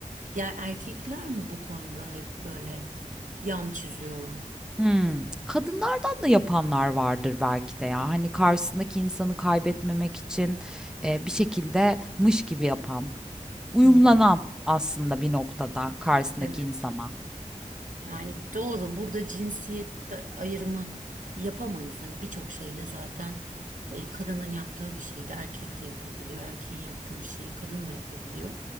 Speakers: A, on the right (about 75°); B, in the centre.
A: Yani erkekler mi bu konuda hep böyle yan çiziyorlar?
B: Hımm. Kadınlardan da yapanlar vardır belki de ya. Hani, karşısındaki insanı kaybetmemek için, eee, bir şekilde mış gibi yapan, uyumlanan
A: Hmm,
B: aslında bir noktada karşısındaki
A: evet.
B: insana.
A: Yani doğru. Burada cinsiyet de- ayrımı yapamayız. Hani birçok şeyde zaten e, kadının yaptığı bir şeyi de erkek de yapabiliyor. Erkeğin yaptığı bir şeyi kadın da yapabiliyor.